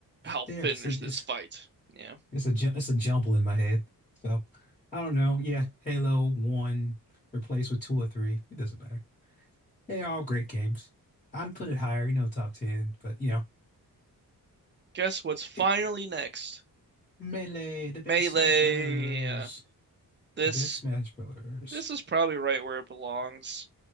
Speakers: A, on the right; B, on the left.
A: I'll finish
B: there, so it's,
A: this fight. Yeah.
B: It's a ju- it's a jumble in my head. So I don't know. Yeah, Halo 1 replaced with 2 or 3. It doesn't matter. They're all great games. I'd put it higher, you know, top 10, but you know,
A: Guess what's finally
B: it,
A: next?
B: Melee, the best
A: Melee.
B: Smash Brothers,
A: Yeah. This
B: the best Smash Brothers.
A: this is probably right where it belongs.